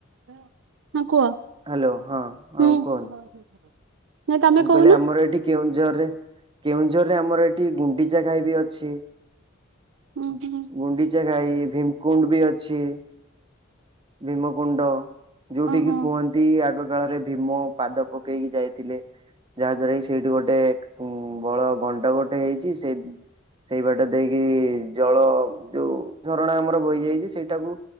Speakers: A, on the right; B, on the right.
A: <inaudible> ହଁ କୁହ।
B: ହାଲୋ ହଁ ହଁ
A: ହୁଁ
B: କୁହନ୍
A: <inaudible>
B: ମୁଁ
A: କହୁନ
B: କହିଲି ଆମର ଏଠି କେଉଁଝରରେ କେଉଁଝରରେ ଆମର ଏଠି ଗୁଣ୍ଡିଚା ଘାଇ ବି ଅଛି।
A: ହୁଁ
B: ଉଁ
A: ହୁଁ
B: ଗୁଣ୍ଡି ଚା ଘାଇ ଭୀମକୁଣ୍ଡ ବି ଅଛି ଭୀମକୁଣ୍ଡ। ଯୋଉଠିକି
A: ଓହୋ
B: କୁହନ୍ତି ଆଗ କାଳରେ ଭୀମ ପାଦ ପକେଇକି ଯାଇଥିଲେ। ଯାହା ଦ୍ୱାରା କି ସେଇଠି ଗୋଟେ ଉଁ ବଳ ଗଣ୍ଡ ଗୋଟେ ହେଇଛି ସେଇ ସେଇ ବାଟ ଦେଇକି ଜଳ ଯୋଉ ଝରଣା ଆମର ବୋହି ଯାଇଚି ସେଇଟାକୁ